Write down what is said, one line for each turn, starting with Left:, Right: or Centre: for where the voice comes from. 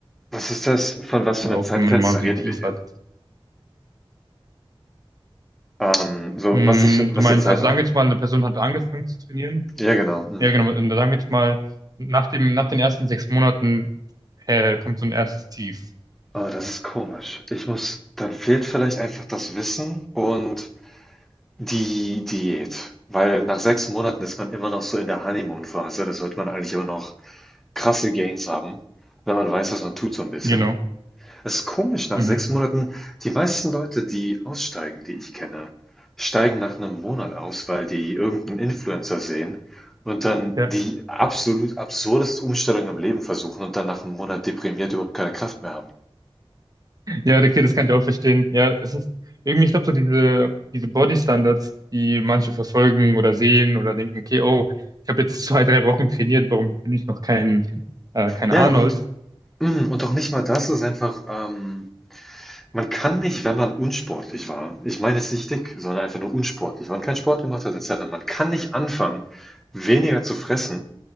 Centre: Was ist das? Von was für
Right: auch
Centre: einem Zeitfenster
Right: wenn man mal so
Centre: reden
Right: ein Tief
Centre: wir hier?
Right: hat?
Centre: Ähm, so,
Right: Mm,
Centre: was ist, was
Right: du meinst,
Centre: ist der Zeitraum?
Right: also sagen wir jetzt mal, eine Person hat angefangen zu trainieren.
Centre: Ja, genau. Hm.
Right: Ja, genau. Und Sagen wir jetzt mal, nach dem, nach den ersten sechs Monaten, äh, kommt so ein erstes Tief.
Centre: Oh, das ist komisch. Ich muss, dann fehlt vielleicht einfach das Wissen und die Diät. Weil nach sechs Monaten ist man immer noch so in der Honeymoon-Phase. Da sollte man eigentlich immer noch krasse Gains haben, wenn man weiß, was man tut, so ein bisschen.
Right: Genau.
Centre: Es ist komisch, nach
Right: Mhm.
Centre: sechs Monaten die meisten Leute, die aussteigen, die ich kenne, steigen nach einem Monat aus, weil die irgendeinen Influencer sehen und dann
Right: Ja,
Centre: die absolut absurdeste Umstellung im Leben versuchen und dann nach einem Monat deprimiert überhaupt keine Kraft mehr haben.
Right: ja, okay, das kann ich auch verstehen. Ja, es ist irgendwie, ich glaube, so diese, diese Body-Standards, die manche verfolgen oder sehen oder denken, okay, oh, ich habe jetzt zwei, drei Wochen trainiert, warum bin ich noch kein, äh, kein
Centre: Ja,
Right: Arnold?
Centre: und hm, und auch nicht mal das ist einfach, ähm man kann nicht, wenn man unsportlich war ich meine jetzt nicht dick, sondern einfach nur unsportlich, wenn man keinen Sport gemacht hat 'ne Zeit man kann nicht anfangen, weniger zu fressen